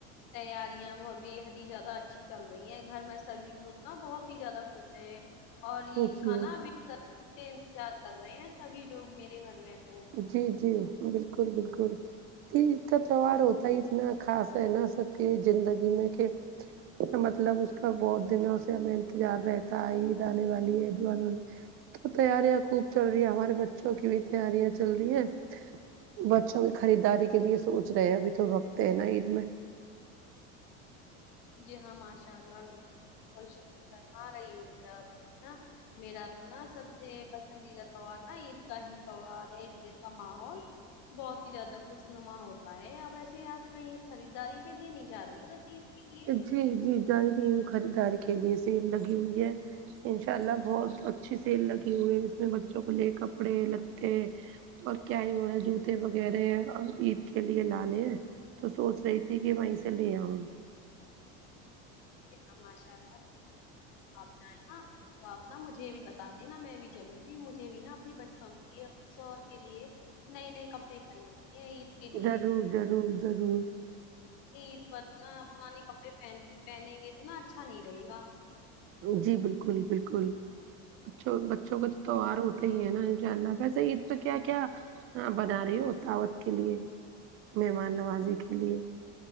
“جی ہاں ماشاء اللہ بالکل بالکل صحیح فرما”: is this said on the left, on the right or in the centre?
Left